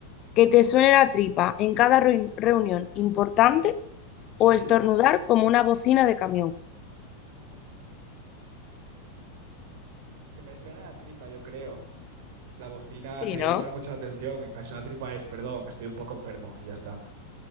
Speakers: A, on the left (about 35°); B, on the right (about 50°).
A: ¿Que te suene la tripa en cada reu- reunión importante
B: sí.
A: o estornudar como una bocina de camión?
B: Que me suena la tripa, yo creo. La bocina
A: Sí,
B: sería
A: ¿no?
B: llamar mucho la atención y casi una tripa es, perdón, estoy un poco enfermo y ya está.